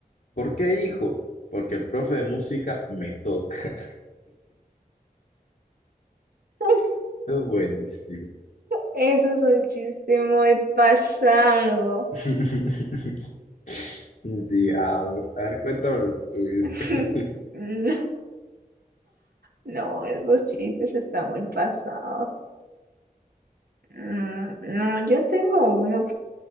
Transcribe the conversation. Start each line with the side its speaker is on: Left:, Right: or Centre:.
Left: ¿Por qué, hijo? Porque el profe de música me toca.
Right: <laughs>
Left: <laughs> Es buenísimo.
Right: Eso es un chiste muy pasado.
Left: <laughs> Sí, vamos. A ver, cuéntame los tuyos.
Right: <laughs>
Left: <laughs>
Right: No, no, esos chistes están muy pasados. Mm, No, yo tengo uno,